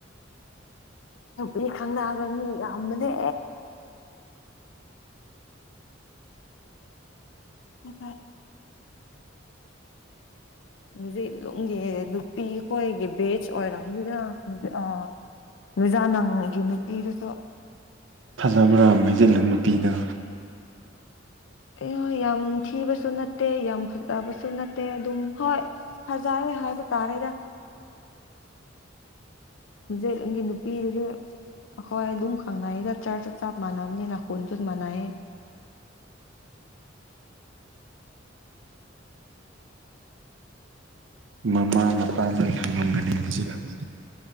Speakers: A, on the left (about 75°); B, on the right (about 70°).
A: ꯅꯨꯄꯤ ꯈꯪꯅꯛꯑꯕ ꯃꯤ ꯌꯥꯝꯌꯥꯝꯕꯅꯦ ꯑꯣ ꯐ <unintelligible> ꯍꯧꯖꯤꯂꯨꯝꯒꯤ ꯅꯨꯄꯤ ꯑꯩꯈꯣꯏꯒꯤ ꯕꯦꯆ ꯑꯣꯏꯔꯕꯝꯅꯤꯗ ꯑ ꯖꯥ ꯅꯪꯒꯤ ꯅꯨꯄꯤꯗꯨꯁꯨ
B: ꯐꯖꯕ꯭ꯔꯥ ꯃꯩꯖꯤꯠꯂꯪ ꯅꯨꯄꯤꯗ
A: ꯑꯦ ꯍꯣꯏ ꯌꯥꯝ ꯊꯤꯕꯁꯨ ꯅꯠꯇꯦ ꯌꯥꯝ ꯐꯖꯕꯁꯨ ꯅꯠꯇꯦ ꯑꯗꯨꯝ ꯍꯣꯏ ꯐꯖꯣꯏ ꯍꯥꯏꯕ ꯇꯥꯔꯦꯗ ꯍꯧꯖꯤꯛ ꯑꯩꯒꯤ ꯅꯨꯄꯤꯗꯨꯗꯤ ꯑꯩꯈꯣꯏ ꯑꯗꯨꯝ ꯈꯪꯅꯌꯦꯗ ꯆꯔ ꯆꯞ ꯆꯞ ꯃꯥꯟꯅꯕꯅꯦ ꯅꯥ ꯈꯨꯟꯁꯨ ꯃꯥꯟꯅꯩꯑꯦ
B: ꯃꯃꯥ ꯃꯄꯥ ꯅꯣꯏ ꯈꯪꯂꯝꯒꯅꯤ ꯄꯨꯖꯤꯔꯅꯤ